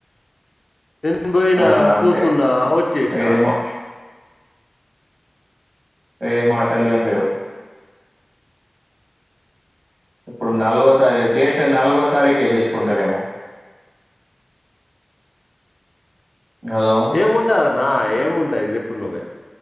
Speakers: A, on the left; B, on the right.
A: పను పోయినా
B: ఆ అంతే
A: కూర్చున్నా వచ్చేసిన
B: వేరే మా వేరే మాటలు ఏం లేవు ఇప్పుడు నాలుగో తారఖ డేట్ నాలుగో తారీఖు తీసుకుంటారేమో హలో
A: ఏముంటదన్న ఏం ఉంటాది చెప్పు నువ్వే